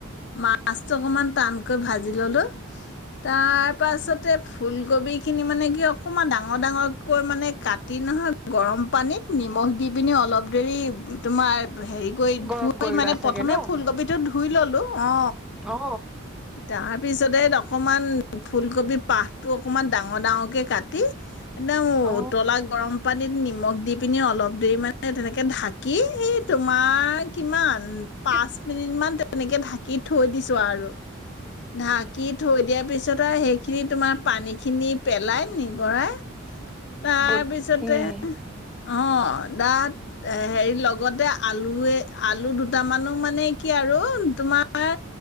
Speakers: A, on the left; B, in the centre.
A: মাছ অকনমান টানকৈ ভাজি ললো তাৰ পাছতে ফুলকবি খিনি মানে কি অকমান ডাঙৰ ডাঙৰকৈ মানে কাটি নহয় গৰম পানীত নিমখ দি, পিনি অলপ দেৰি তোমাৰ হেৰি কৰি
B: গৰম
A: ধুই
B: কৰি
A: মানে
B: লোৱা চাগে
A: প্ৰথমে
B: ন
A: ফুলকবিটো ধুই ললো অ
B: অ
A: তাৰ, পিছতে অকমান, ফুলকবি পাহটো অকমান ডাঙ-ডাঙকে কাটি নেও
B: অ
A: উতলা গৰম পানীত নি মখ দি পিনি অলপ দে মানে তেনেকে ঢাকি, এই তোমাৰ কিমান ও, পাঁচ
B: কি
A: মিনিট মান তেনেকে ঢাকি থৈ দিছো আৰু। ঢাকি থৈ দিয়াৰ পিছত আৰু সেইখিনি তোমাৰ পানী খিনি পেলাই নিগৰাই তাৰ
B: ব-
A: পিছতে
B: উম
A: অঁ। তাত এ হেৰি লগতে আলুৱে, আলু দুটামানো মানে কি আৰু তোমাৰ